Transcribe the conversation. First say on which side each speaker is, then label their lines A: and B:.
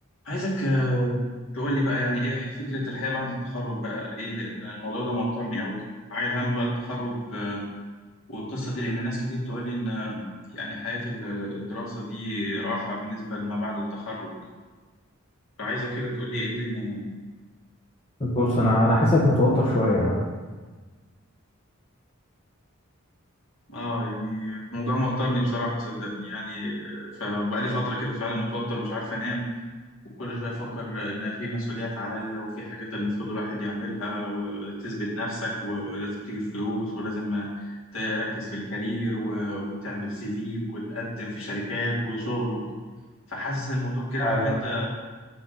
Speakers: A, on the left; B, on the left.
A: عايزك آه، تقول لي بقى يعني ايه فكرة الحياة بعد التخرج بقى ايه لان الموضوع ده موترني قوي عايل هم بقى التخرج آه، والقصة دي لان ناس كتير تقول لي ان آه، يعني حياة ال- الدراسة دي راحة بالنسبة لما بعد التخرج فعايزك كده تقول لي ايه الدنيا يعني
B: بص انا انا حاسسك متوتر شويه
A: اه يعني الموضوع موترني بصراحة صدقني يعني آه، فبقى لي فترة كده فعلا متوتر مش عارف انام وكل شوية أفكر إن في مسؤوليات عليا وفي حاجات المفروض الواحد يعملها وتثبت نفسك ولازم تجيب فلوس ولازم تركز في الكارير و- وتعمل سي في وتقدم في شركات وشغل فحاسس الموضوع كده
B: ايوه
A: عارف أنت